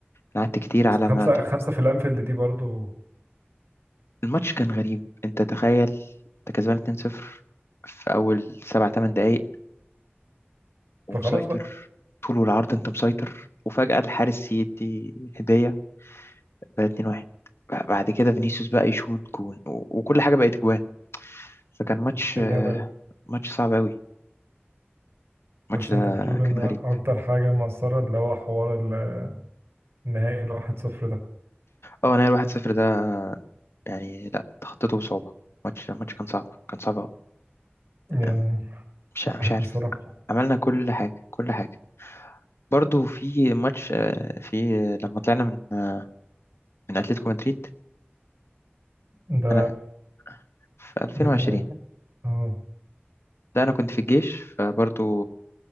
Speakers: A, on the left; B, on the right.
A: أنا قعدت كتير على
B: بس خمسة
A: ما تح-
B: خمسة في الانفيلد دي برضو
A: الماتش كان غريب أنت تخيل أنت كسبان اتنين صفر في أول سبع تمن دقايق ومسيطر
B: فخلاص بقى
A: طول والعرض أنت مسيطر وفجأة الحارس يدي هدية بقى اتنين واحد بعد كده فينيسيوس بقى يشوط جون و- وكل حاجة بقت جوان فكان ماتش
B: الدنيا
A: آه،
B: بقى
A: ماتش صعب قوي الماتش
B: بس
A: ده
B: انت بتقول ان
A: كان غريب
B: اكتر حاجة مؤثرة اللي هو حوار ال- النهائي الواحد صفر ده
A: اه انا الواحد صفر ده يعني لا تخطيته بصعوبة ماتش ماتش كان صعب كان صعب أوي.
B: يعني
A: أم، مش
B: حقك
A: مش عارف
B: بصراحة
A: عملنا كل حاجة كل حاجة برضو في ماتش آه، في لما طلعنا من آه، من أتلتيكو مدريد
B: ده
A: أنا في 2020
B: ده كان عيب اه
A: ده أنا كنت في الجيش فبرضو